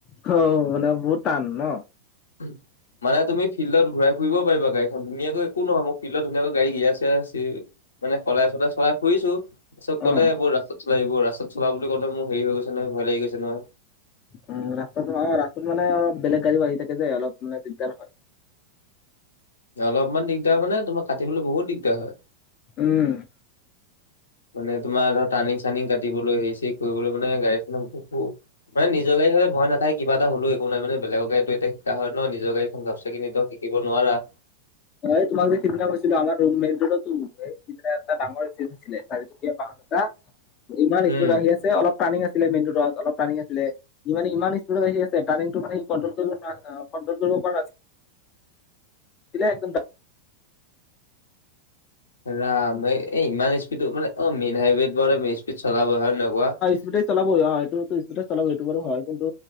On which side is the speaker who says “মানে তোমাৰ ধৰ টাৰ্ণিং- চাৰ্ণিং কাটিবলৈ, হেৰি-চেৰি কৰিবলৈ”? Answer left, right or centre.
Left